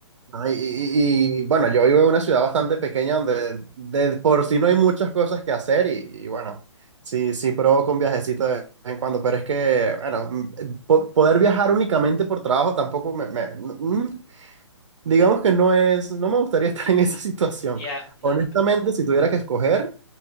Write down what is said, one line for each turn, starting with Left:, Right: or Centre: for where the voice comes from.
Right: ¿no? Y, y- y, bueno, yo vivo en una ciudad bastante pequeña donde de por sí no hay muchas cosas que hacer y, y, bueno, sí, sí provoco un viajecito de vez en cuando, pero es que, bueno, mm, eh, po- poder viajar únicamente por trabajo tampoco me, me- mm, mm, digamos que no es, no me gustaría <laughs> estar en esa situación.
Left: Ya, no,
Right: Honestamente,
Left: no.
Right: si tuviera que escoger,